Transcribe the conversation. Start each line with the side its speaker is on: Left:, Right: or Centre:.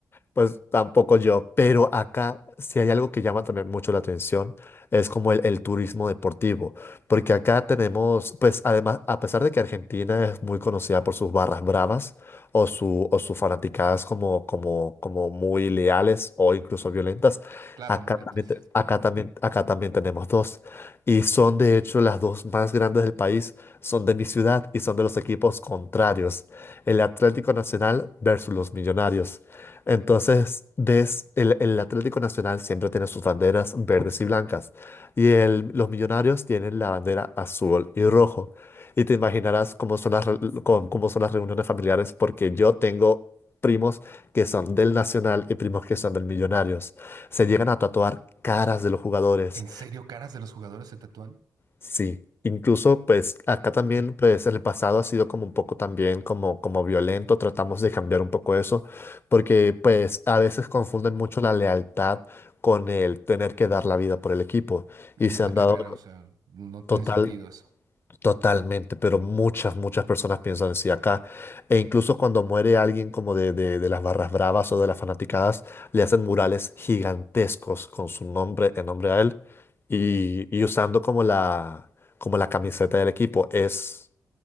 Left: Pues tampoco yo, pero acá si hay algo que llama también mucho la atención, es como el, el turismo deportivo, porque acá tenemos, pues además, a pesar de que Argentina es muy conocida por sus barras bravas o, su, o sus fanaticadas como, como, como muy leales o incluso violentas,
Right: Claro,
Left: acá
Right: violentas.
Left: también, te- acá también, acá también tenemos dos, y son de hecho las dos más grandes del país, son de mi ciudad y son de los equipos contrarios, el Atlético Nacional versus los Millonarios. Entonces, des- el, el Atlético Nacional siempre tiene sus banderas verdes y blancas y el- los millonarios tienen la bandera azul y rojo. Y te imaginarás cómo son las, re- cómo cómo son las reuniones familiares porque yo tengo primos que son del Nacional y primos que son del Millonarios. Se llegan a tatuar caras de los jugadores,
Right: ¿En serio caras de los jugadores se tatúan?
Left: Sí, incluso pues acá
Right: Uh.
Left: también pues en el pasado ha sido como un poco también como, como violento, tratamos de cambiar un poco eso, porque pues a veces confunden mucho la lealtad con el tener que dar la vida por el equipo
Right: Nada
Left: y se han
Right: que
Left: dado
Right: ver, o sea, no tiene
Left: total,
Right: sentido eso.
Left: Totalmente, pero muchas, muchas personas piensan así acá. E incluso cuando muere alguien como de, de, de las barras bravas o de las fanaticadas, le hacen murales gigantescos con su nombre en nombre a él y, y usando como la, como la camiseta del equipo. Es,